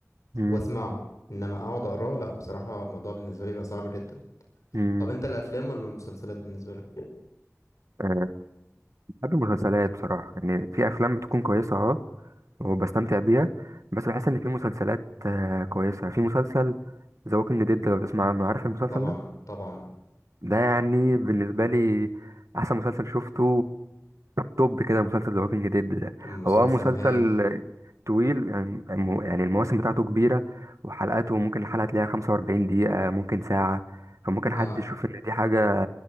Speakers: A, on the right; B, on the left.
A: امم
B: واسمعه انما اقعد اقراه لا بصراحه الموضوع بالنسبه لي بيبقى صعب جدا
A: امم
B: طب انت الافلام ولا المسلسلات بالنسبه لك
A: أه بحب المسلسلات بصراحه يعني في افلام بتكون كويسه اه وبستمتع بيها بس بحس ان في مسلسلات آه، كويسه في مسلسل ذا ووكينج ديد لو تسمع عنه عارف المسلسل
B: طبعا
A: ده
B: طبعا
A: ده يعني بالنسبه لي احسن مسلسل شفته توب كده مسلسل ذا ووكينج ديد ده
B: مسلسل
A: هو اه مسلسل
B: هايل
A: طويل يعني الم- يعني المواسم بتاعته كبيره وحلقاته ممكن الحلقه تلاقيها 45 دقيقه ممكن ساعه فممكن
B: اه
A: حد يشوف ان دي حاجه